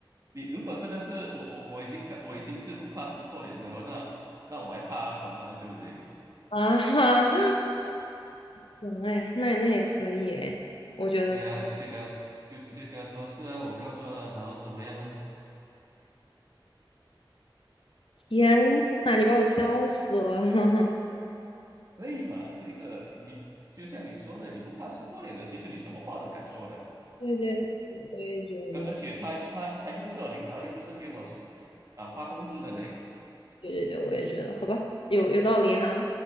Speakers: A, on the right; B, on the left.
A: 你如果真的是我我我已经告我已经是不怕撕破脸的了，那那我还怕啊怎么呢？对不对？
B: 啊哈，行哎，那也那也可以哎，我觉得可以，
A: <laughs> 对啊，直接跟他就直接跟他说，是啊，我告状啊，然后怎么样呢？
B: 天呐，你把我笑死了。<laughs>
A: 可以吧？这个你就像你说的，你不怕撕破脸的，其实你什么话都敢说的，
B: 对对，我也觉得，
A: 而而且他他他又不是我领导，又不是给我出啊、发工资的那个，
B: 对对对，我也觉得，好吧，有有道理哈，